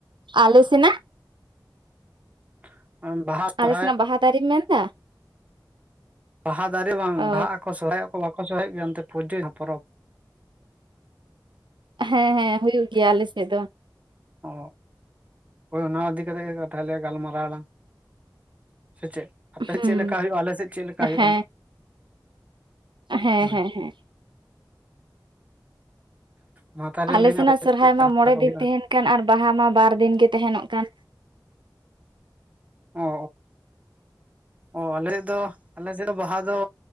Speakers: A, on the right; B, on the right.
A: ᱟᱞᱮᱥᱮᱱᱟᱜ
B: <inaudible> ᱩ ᱵᱟᱦᱟ
A: ᱟᱞᱮ
B: ᱥᱚᱨᱦᱟᱭ
A: ᱥᱮᱱᱟᱜ ᱵᱟᱦᱟ ᱫᱟᱨᱮᱢ ᱢᱮᱱᱫᱟ?
B: ᱵᱟᱦᱟ ᱫᱟᱨᱮ ᱵᱟᱝ,
A: ᱚ
B: ᱵᱟᱦᱟᱜ ᱟᱠᱚ ᱥᱚᱦᱨᱟᱭ ᱟᱠᱚ ᱵᱟᱠᱚ ᱥᱚᱦᱨᱟᱭᱚᱜ ᱜᱮᱭᱟ ᱚᱱᱛᱮ ᱯᱩᱡᱟᱹ ᱯᱚᱨᱚᱵᱽ
A: ᱦᱮᱸ ᱦᱮᱸ ᱦᱩᱭᱩᱜ ᱜᱮᱭᱟ ᱟᱞᱮᱥᱮᱫ ᱫᱚ᱾
B: ᱚ ᱦᱳᱭ ᱚᱱᱟ ᱤᱫᱤ ᱠᱟᱛᱮ ᱜᱮ ᱛᱟᱦᱚᱞᱮ ᱜᱟᱞᱢᱟᱨᱟᱣ ᱟᱞᱟᱝ ᱥᱮ ᱪᱮᱫ ᱟᱯᱮ
A: ᱦᱩᱸ
B: ᱪᱮᱫᱞᱮᱠᱟ ᱦᱩᱭᱩᱜᱼᱟ ᱟᱞᱮ ᱥᱮᱫ ᱪᱮᱫᱞᱮᱠᱟ ᱦᱩᱭᱩᱜᱼᱟ᱾
A: ᱦᱮᱸ ᱦᱮᱸ
B: ᱦᱳᱭ
A: ᱦᱮᱸ ᱦᱮᱸ
B: ᱢᱟ ᱛᱟᱦᱚᱞᱮ
A: ᱟᱞᱮ
B: ᱞᱟᱹᱭ ᱢᱮ‌
A: ᱥᱮᱱᱟᱜ
B: ᱟᱯᱮ ᱥᱮᱫ
A: ᱥᱚᱨᱦᱟᱭ
B: ᱪᱮᱫ
A: ᱢᱟ
B: <unintelligible>
A: ᱢᱚᱬᱮ
B: ᱠᱚ
A: ᱫᱤᱱ
B: ᱦᱩᱭᱩᱜᱼᱟ᱾
A: ᱛᱟᱦᱮᱱ ᱠᱟᱱ ᱟᱨ ᱵᱟᱦᱟ ᱢᱟ ᱵᱟᱨ ᱫᱤᱱ ᱜᱮ ᱛᱟᱦᱮᱱᱚᱜ ᱠᱟᱱ᱾
B: ᱚ ᱚ ᱟᱞ ᱥᱮᱫ ᱫᱚ ᱟᱞᱮ ᱥᱮᱫ ᱫᱚ ᱵᱟᱦᱟ ᱫᱚ